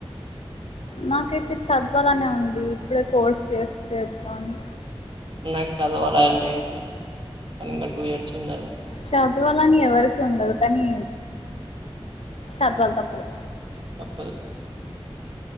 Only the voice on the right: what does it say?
నాకు చదవాలి అని లేదు కానీ ఇంకా టూ ఇయర్స్ ఉండాలి
తప్పదు